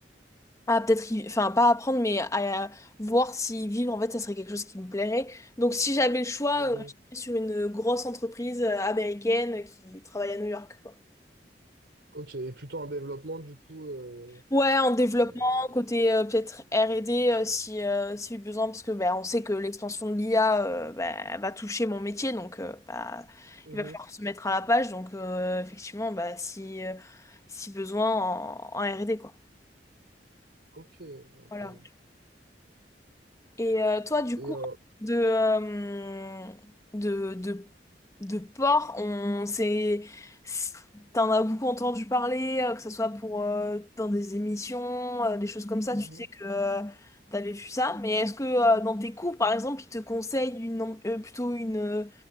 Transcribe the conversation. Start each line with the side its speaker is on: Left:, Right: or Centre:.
Left: à peut-être... y- Enfin, pas apprendre, mais à voir si vivre, en fait, ça serait quelque chose qui me plairait. Donc, si j'avais le choix,
Right: Mhm.
Left: euh, j'irais sur une grosse entreprise euh, américaine euh, qui travaille à New York, quoi.
Right: Ok, et plutôt en développement, du coup. euh,
Left: Ouais, en développement,
Right: euh,
Left: côté euh, peut-être R&D euh, si, euh, si besoin, parce que ben on sait que l'expansion de l'IA euh, ben, va toucher mon métier, donc euh, bah,
Right: mhm.
Left: il va falloir se mettre à la page, donc euh, effectivement, bah, si, euh, si besoin en, en R&D, quoi.
Right: Ok, incroyable.
Left: Voilà. Et euh, toi, du
Right: Et
Left: coup,
Right: euh,
Left: de, euh, de, de, de porc, on s'est, s- t'en as beaucoup entendu parler, euh, que ce soit pour, euh, dans des émissions, euh, des choses comme ça,
Right: mhm,
Left: tu sais que tu t'avais vu ça, mais est-ce que euh, dans tes cours, par exemple, ils te conseillent une, en- euh, plutôt une, euh,